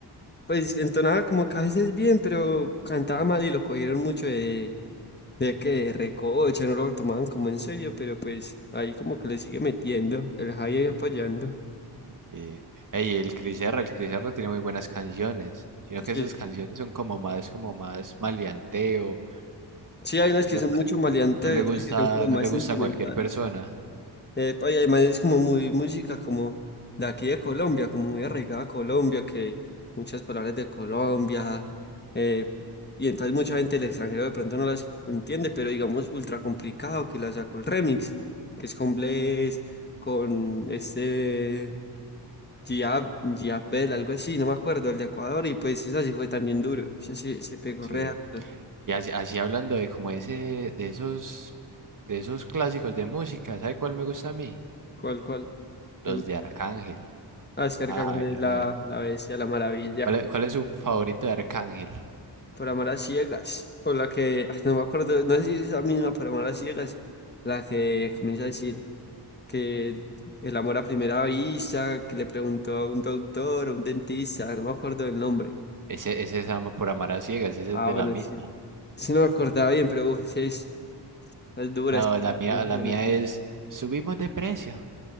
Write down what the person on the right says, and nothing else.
Sí. Ey, el Cris R, el Cris R tiene muy buenas canciones. Sino que
esas canciones son como más, como más maleanteo.
Eso
no
no le
gusta,
no
le gusta
a cualquier persona.
Sí.
Y así, así hablando de como ese, de esos, de esos clásicos de música, ¿sabe cuál me gusta a mí?
Los
de Arcángel.
Ay,
ay,
ay.
¿Cuál es, cuál es su favorito de Arcángel?
Ese, ese es Am- por Amar a Ciegas, ese
es de
la misma.
No,
la mía, la
mía
es Subimos de precio.